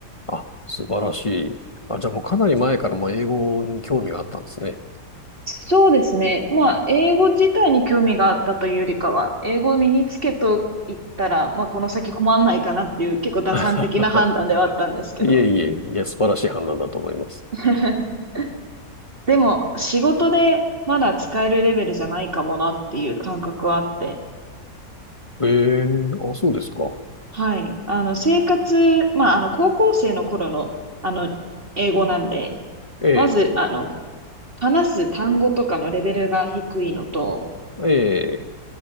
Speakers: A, on the left; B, on the right.
A: あ、素晴らしい。あ、じゃあもうかなり前からもう英語に興味があったんですね。
B: そうですね。まあ、英語自体に興味があったというよりかは、英語を身につけといったら、まあ、この先困んないかなっていう、結構打算的な判断ではあったんですけど。
A: <laughs> いえいえ、いや、素晴らしい判断だと思います。
B: <laughs> でも、仕事でまだ使えるレベルじゃないかもなっていう感覚はあって。
A: ええ、あ、そうですか。
B: はい。あの、生活、まあ、あの、高校生の頃の、あの、英語なんで、
A: ええ、
B: まず、あの、話す単語とかのレベルが低いのと、
A: ええ、